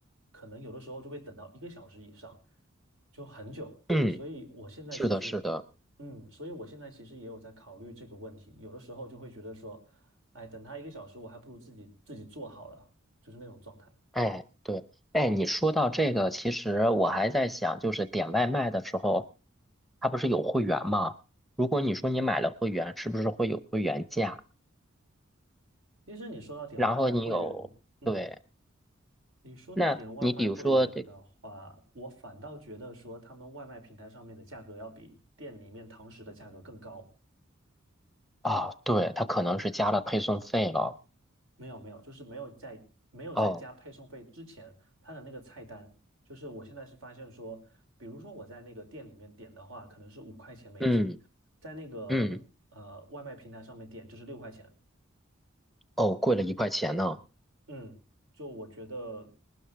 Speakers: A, on the right (about 75°); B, in the centre.
A: 可能有的时候就会等到一个小时以上，就很久。
B: 嗯，
A: 所以我现在就是
B: 是的，是的。
A: 嗯，所以我现在其实也有在考虑这个问题，有的时候就会觉得说，哎，等他一个小时，我还不如自己自己做好了，就是那种状态。
B: 哎，对，哎，你说到这个，其实我还在想，就是点外卖的时候，它不是有会员吗？如果你说你买了会员，是不是会有会员价？
A: 其实你说到点外卖会员，
B: 然后你有，
A: 嗯，
B: 对，
A: 你说到点外卖会员的话，
B: 那你比如说这，
A: 我反倒觉得说他们外卖平台上面的价格要比店里面堂食的价格更高，
B: 啊，对，它可能是加了配送费了。
A: 没有没有，就是没有在没有在加配送费之前，
B: 哦，
A: 他的那个菜单，就是我现在是发现说，比如说我在那个店里面点的话，可能是五块钱美金，
B: 嗯
A: 在那个呃外卖平台上面点就是六块钱。
B: 嗯，哦，贵了一块钱呢。
A: 嗯，就我觉得，